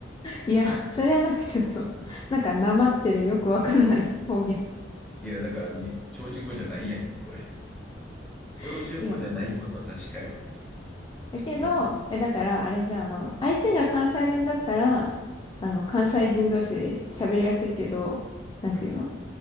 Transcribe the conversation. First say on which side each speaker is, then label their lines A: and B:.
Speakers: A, on the left (about 25°); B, in the centre.
A: いや、それはなんかちょっと、<laughs> なんかなまってるよくわかんない方言。
B: ん。いや、だからに、標準語じゃないやんけ、これ。標準語じゃないことは確かやろ。
A: <laughs> いや、だけど、
B: 普通に。
A: え、だから、あれじゃあ、あの、相手が関西弁だったら、あの、関西人同士で喋りやすいけど、なんていうの
B: うん。